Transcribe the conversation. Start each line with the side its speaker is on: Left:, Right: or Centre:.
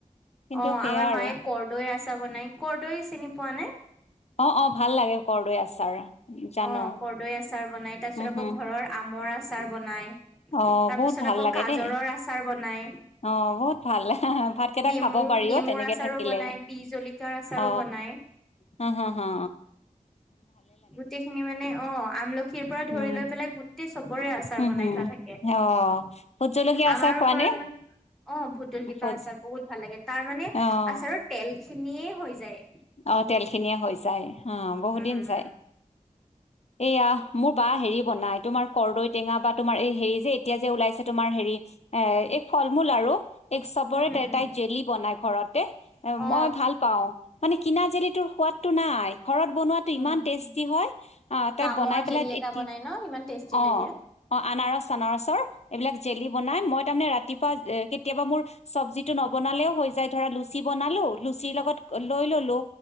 Left: কিন্তু
Centre: অ
Left: সেয়া
Centre: আমাৰ
Left: আৰু
Centre: মায়ে কৰৰ্দৈ আচাৰ বনাই, কৰৰ্দৈ চিনি পোৱা নে?
Left: অ 'অ ভাল লাগে কৰদৈ আচাৰ। জানো
Centre: অ কৰ্দৈ আচাৰ বনাই, তাৰ পিছত
Left: উম হম
Centre: আকৌ ঘৰৰ আমৰ আচাৰ বনাই।
Left: অ
Centre: তাৰ
Left: বহুত
Centre: পিছত
Left: ভাল
Centre: আকৌ
Left: লাগে
Centre: গাজৰৰ
Left: দেই,
Centre: আচাৰ বনাই
Left: অ বহুত ভাল। ভাত কেইটা
Centre: নেমু
Left: খাব পাৰি
Centre: নেমুৰ
Left: অ তেনেকে
Centre: আচাৰো
Left: থাকিলে
Centre: বনাই বি জলকীয়াৰ আচাৰো
Left: অ
Centre: বনাই
Left: হা হা হা
Centre: গোটেই খিনি মানে অ আমলখিৰ পৰা
Left: উম,
Centre: ধৰি লৈ পেলাই গোটেই চবৰে আচাৰ
Left: হম,
Centre: বনাই
Left: হম,
Centre: থোৱা থাকে
Left: অ ভুত জলকীয়া
Centre: আমাৰ
Left: আছা কোৱা
Centre: ঘৰত
Left: নে
Centre: মানে অ ভুদললিপা
Left: ভোট
Centre: আচাৰ বহুত ভাল লাগে তাৰ মানে আচাৰৰ
Left: অ',
Centre: তেল খিনিয়ে হৈ যায়
Left: অ তেল খিনিয়ে হৈ যায়, অ বহুত
Centre: উম
Left: দিন
Centre: উম
Left: যায়। এইয়া মোৰ বা হেৰি বনাই, তোমাৰ কৰ্দৈ টেঙা বা তোমাৰ এই হেৰি যে এতিয়া যে ওলাইছে তোমাৰ হেৰি এ এই ফল মূল আৰু। এই চবৰে
Centre: উম
Left: তাই
Centre: উম
Left: তাই জেলি বনাই ঘৰতে,
Centre: অ অ
Left: মই ভাল পাওঁ। মানে কিনা জেলিটোৰ সোৱাদটো নাই। ঘৰত বনোৱাটো ইমান
Centre: উম
Left: টেষ্টি
Centre: উম
Left: হয় আহ তাই
Centre: প্লামৰ
Left: বনাই পেলাই
Centre: জেলি এটা
Left: এতিয়া
Centre: বনাই ন ইমান টেষ্টি
Left: অ
Centre: লাগে।
Left: অ আনাৰস চনাৰসৰ এইবিলাক জেলি বনাই মই তাৰমানে ৰাতি কেতিয়াবা মোৰ চব্জিটো নবনালেও হৈ যায় ধৰা লুচি বনালো লুচিৰ লগত লৈ ললো